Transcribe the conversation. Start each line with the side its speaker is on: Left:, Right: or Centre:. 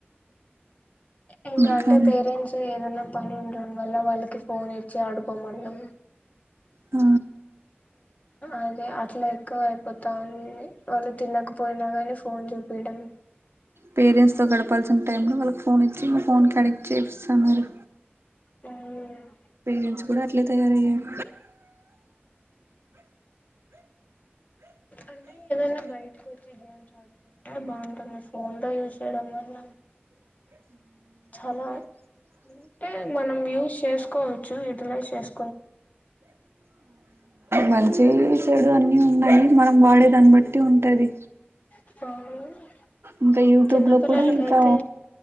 Left: ఎంగ
Right: ఇంకా
Left: అంటే పేరెంట్స్ ఏదన్నా పని ఉండటం వాళ్ళ వాళ్ళకి పోన్ చాడు పో మన్నం
Right: ఆ
Left: అదే అట్లా ఎక్కువ అయిపోతాంది వాళ్ళు తినకపోయినా కాని ఫోన్ చూపియడం
Right: పేరెంట్స్ తో గడపాల్సిన టైంలో వాళ్ళకి ఫోన్ ఇచ్చి వాళ్ళ ను ఫోన్ కి అడ్డెక్ట్ చేపిస్తన్నారు
Left: <unintelligible>
Right: పేరెంట్స్ కూడా అట్లే తయారయ్యారు
Left: అంటే ఏదైనా బయటకు వచ్చి గేమ్స్ ఆడు అంటే బాగుంటుంది ఫోన్ లో యూజ్ చేయడం వల్ల చాలా అంటే మనం యూస్ చేసుకు కోవచ్చు యుటిలైజ్ చేసు
Right: మంచి చెడు అన్ని ఉన్నాయి మనం వాడే దాన్ని బట్టి ఉంటది
Left: <unintelligible>
Right: ఇంకా యూట్యూబ్
Left: చిన్నపిల్లలకైతే
Right: లో కూడా ఇంకా